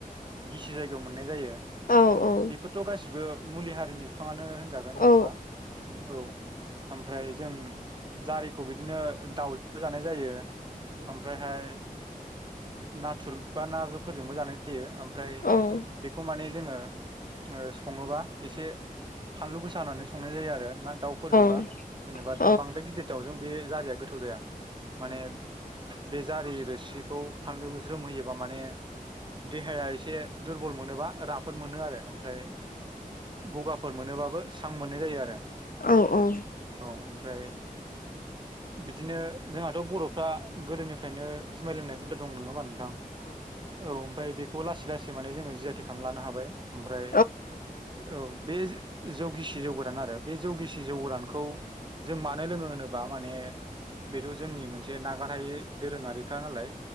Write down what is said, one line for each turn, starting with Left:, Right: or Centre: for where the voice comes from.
Right: गिसि जायगायाव मोननाय जायो
Left: औ औ
Right: बेफोरथ' गासिबो मुलि हारिनि बिफाङानो होजागोन जेनेबा
Left: औ
Right: औ आमफ्राय जों जारिखौ बिदिनो दाउजों जानाय जायो ओमफ्रायहाय नाथुर बा नाफोरजोंबो जानाय जायो ओमफ्राय
Left: औ औ
Right: बेखौ माने जोङो सङोबा एसे फानलु गोसा होनानानै संनाय जायो आरो दाउफोरजोंबा
Left: औ
Right: जेनेबा
Left: औ
Right: बांद्राय गिदिर दाउजों बे जारिया गोथाव जाया। माने बे जारि रोसिखौ फानलु ज्रोमहोयोबा माने देहाया एसे दुरबल मोनोबा राफोद मोनो आरो ओमफ्राय गगा फोर मोनोबाबो स्रां मोननाय जायो आरो।
Left: औ औ
Right: औ <inaudible> बिदिनो जोंहाथ' बर'फ्रा गोदोनिफ्रायनो जुमाय लोंनाय हुदा दं नङा होमबा नों थां औ ओमफ्राय बेखौ लासै लासै माने जोङो जियथि खालाम लानो हाबाय ओमफ्राय
Left: औ
Right: औ बे जौगिसि जौगोरान आरो बे जौगिसि जौ गोरानखौ जों मानो लोङो होनोबा माने बेथ' जोंनि मोनसे नागारहायै दोरोङारिखा नालाय